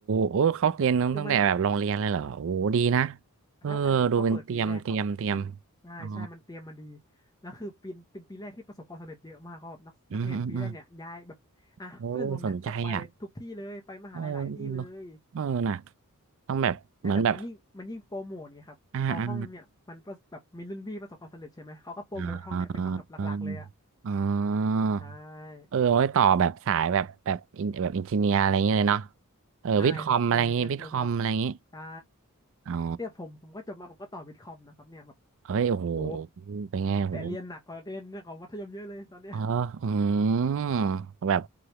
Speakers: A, on the right; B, on the left.
A: โอ้เขาเรียนตั้งแต่แบบโรงเรียนเลยเหรอโอ้ดีนะ
B: คือมัน อันนั้นอันนั้นเขาเปิดปีแรกครับซึ่งใช่ใช่มันเตรียมมาดี
A: เออดูเป็นเตรียมเตรียมเตรียมอ๋อ
B: แล้วคือปีเป็นปีแรกที่ประสบความสำเร็จเยอะมากเขาแบบนักนักเรียนปีแรกเนี่ยย้ายแบบอ่ะเพื่อนผมเนี่ยก็ไปทุกที่เลยไปมหาลัยหลายที่เลย
A: อืมอืมอืมโอ้สนใจอ่ะเออเออนะต้องแบบเหมือนแบบ
B: และแบบมันยิ่งมันยิ่งโปรโมทไงครับพอห้องเนี่ยมันประสแบบมีรุ่นพี่ประสบความสำเร็จใช่ไหมเขาก็โปรโมทห้องเนี่ยเป็นห้องแบบหลักๆเลยอะ
A: อ่าอ่าอ่าอ่าอ๋อ
B: ใช่
A: เออไว้ต่อแบบสายแบบแบบอินแบบอินจิเนียร์อะไรอย่างเงี้ยเลยเนาะเออวิทย์คอมอะไรอย่างงี้วิทย์คอมอะไรอย่างงี้
B: ใช่ครับเตรียมเตรียมตัวสำหรับใช่
A: อ๋อ
B: เนี่ยผมผมก็จบมาผมก็ต่อวิทย์คอมนะครับเนี่ยแบบ
A: เฮ้ยโอ้โห
B: โห
A: เป็นไงโอ้โห
B: แต่เรียนหนักกว่าเรียนเรื่องของมัธยมเยอะเลยตอนเนี้ย
A: เอออืมแบบ